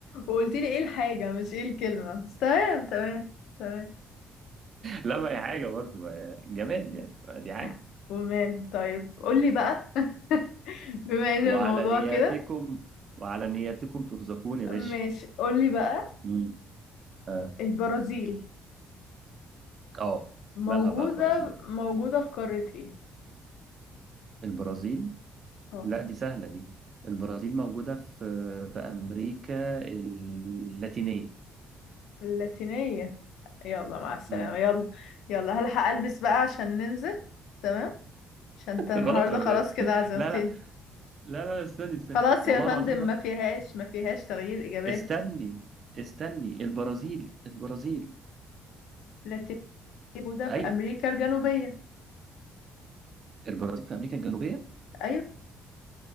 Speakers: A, on the left (about 80°); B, on the right (about 40°).
A: وقلت لي ايه الحاجة مش ايه الكلمة بس تمام تمام تمام
B: لا ما هي حاجة برضه ما هي جماد يعني ما دي حاجة
A: ع- وماله طيب قولي بقى <laughs> بما ان
B: وعلى
A: الموضوع
B: نياتكم
A: كده
B: وعلى نياتكم ترزقون يا باشا
A: ماشي قولي بقى
B: مم. اه
A: البرازيل
B: آه.
A: موجودة
B: مالها بقى البرازيل
A: موجودة في قارة ايه؟
B: البرازيل
A: اه
B: لا دي سهلة دي البرازيل موجودة في في أمريكا اللاتينية
A: اللاتينية يلا مع السلامة
B: مم.
A: يلا يلا هلحق البس بقى عشان ننزل تمام عشان انت
B: <laughs>
A: النهاردة
B: غلط ولا
A: خلاص
B: ايه؟
A: كده عزمتني
B: لا لا لا لا استني استني
A: خلاص
B: والله
A: يا فندم
B: العظيم غلط
A: ما فيهاش ما فيهاس تغيير إجابات
B: استني استني البرازيل البرازيل
A: لاتيني موجودة في
B: ايوه
A: أمريكا الجنوبية
B: البرازيل في امريكا الجنوبيه
A: أيوة